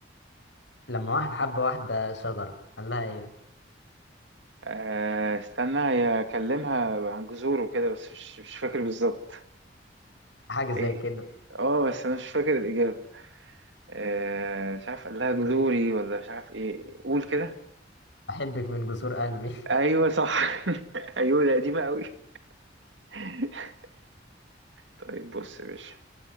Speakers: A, on the left; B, on the right.
A: لما واحد حب واحدة شجرة قال لها ايه
B: آه، استنى هي اكلمها عن جذوره كده بس مش مش فاكر بالظبط
A: حاجة زي
B: ايه
A: كده
B: اه بس انا مش فاكر الإجابة آه، مش عارف قال لها جذوري ولا مش عارف ايه قول كده
A: أحبك من جسور قلبي <laughs>
B: ايوه صح <laughs> ايوه ده قديمه قوي <laughs> طيب بص يا باشا